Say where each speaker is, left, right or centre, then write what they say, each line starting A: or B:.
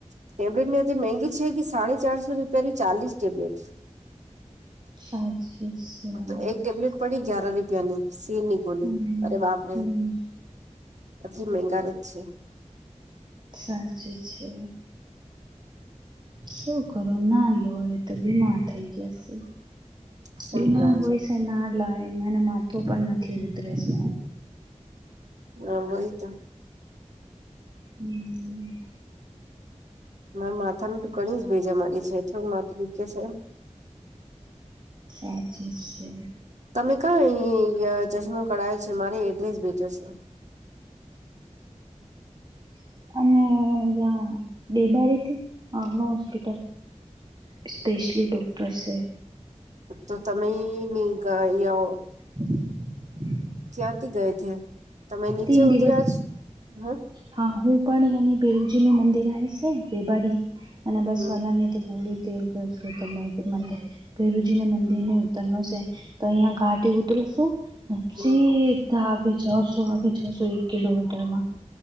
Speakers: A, on the right; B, on the right.
A: ટેબ્લેટ <unintelligible> મગી છે કે સાડા ચારસો રૂપિયાની ચાલીસ ટેબ્લેટ
B: <unintelligible>
A: તો એક ટેબ્લેટ પડી ગ્યાર રૂપિયાની સીની ગોલી
B: હમ
A: અરે બાપને
B: હમ
A: આટલી મંગાર જ છે
B: સાચું છે શું કરો ના લોએે તો બીમાર થઈ ગયા છો
A: સહી
B: બીમાર
A: ગયો
B: હોય છે ના લાય નાને માથું પણ નથી ઉતરે છે
A: હ વહી તો
B: હમ
A: માર માથાનું ઘણી જ ભીજે મારી છે થોડું માથું કે છે
B: સાચી છે
A: તમે કંય ચશ્મો કરાયો છે મારી એડ્રેસ ભેજો છો
B: <unintelligible> સ્પેશલી ડોક્ટર છે
A: તો તમે નની ગાય આવ
B: <inaudible>
A: ક્યાંથી ગય છે તમે નીચે
B: તીન દિવસ
A: ઉતર્યા છો હમ
B: હા હું પણ એની ભેવજી નું મંદિર આવે છે તે બારી અને બસ
A: હમ
B: વાલાની <unintelligible> ભેરુજીને મંદિર ને ઉતરનું છે તો અહિયાં ઘાટે ઉતરૂ છું
A: હમ
B: સીધા આગે જસો આગે જસો એક કિલોમીટરમાં